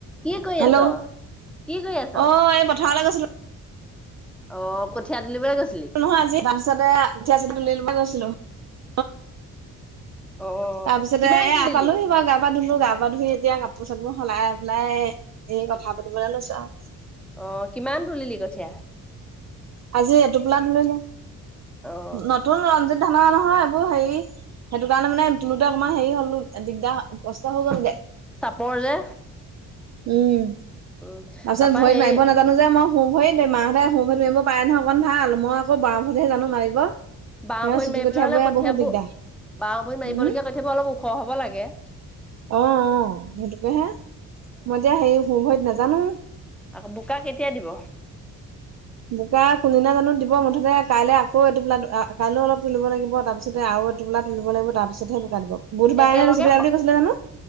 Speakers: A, in the centre; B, on the right.
A: কি কৰি
B: হেল্ল'
A: আছ কি কৰি আছ?
B: অ এই পথাৰলৈ গৈছিলো
A: অ কঠীয়া তুলিবলৈ গৈছে।
B: নহয় আজি গামচাতে <unintelligible>
A: অ'
B: তাৰ পিছতে
A: কিমান
B: এ
A: তুলিলি?
B: পালোহি বাৰু গা পা ধুলো গা পা তপা ধুই এতিয়া কাপোৰ চাপোৰ সলাই পেলাই এই কথা পাতিবলৈ লৈছো আৰু।
A: অ' কিমান তুলিলি কঠীয়া
B: আজি এটোপোলা তুলিলো
A: অ'।
B: নতুন ৰঞ্জিত ধানৰ নহয় এইবোৰ হেৰি সেইটো কাৰণে মানে অকণমান হেৰি হলো দিগদাৰ কষ্ট হৈ গলগে
A: চাপৰ যে,
B: উম।
A: উম,
B: তাৰপিছত
A: তাৰপা
B: ভৰিত
A: সেই
B: মাৰিব নাজানো যে মই। হোঁ ভৰি মাহঁতে হোঁ ভৰি মাৰিব পাৰে নহয় অকণ ভাল মই আক বৰামভতেহে জানো মাৰিব
A: বাহ
B: সিহঁতে
A: ভৰিত
B: চুটি
A: মাৰিবলৈ
B: কঠিয়াবোৰে
A: হ'লে কঠিঁয়াবোৰ
B: বহুত দিগদাৰ
A: বাঁহীত মাৰিবলগীয়া
B: উম
A: কৈ থাবা অলপ ওখ হব লাগে
B: অ সেইটোকে হে মই এতিয়া হে মোৰ ভৰিত নাজানোঁ
A: আকৌ বোকা কেতিয়া দিব?
B: বোকা কোনদিনা জানো দিব মুঠতে কাইলে আকৌ এইটো পোিলা কাইলৈও অলপ তুলিব লাগিব তাৰপিছতে আৰু টোপো তুল লাগিব তাৰ পিছতহে পোকাত দিব বুধবাৰে
A: একেলগে
B: বেছি দেয়া বুলি জানো